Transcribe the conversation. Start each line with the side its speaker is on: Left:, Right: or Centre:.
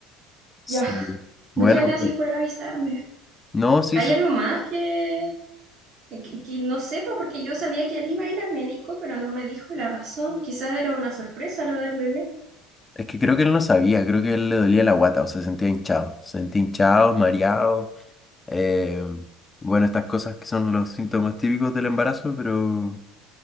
Left: Sí.
Right: Ya.
Left: Bueno,
Right: Muchas gracias
Left: pero-
Right: por avisarme.
Left: no, sí,
Right: ¿Hay
Left: sí.
Right: algo más que, eh, que, que no sepa, porque yo sabía que él iba a ir a médico, pero no me dijo la razón. Quizás era una sorpresa lo del bebé.
Left: Es que creo que él no sabía, creo que él le dolía la guata, o sea, sentía hinchado. Sentía hinchado, mareado. eh, bueno, estas cosas que son los síntomas típicos del embarazo, pero,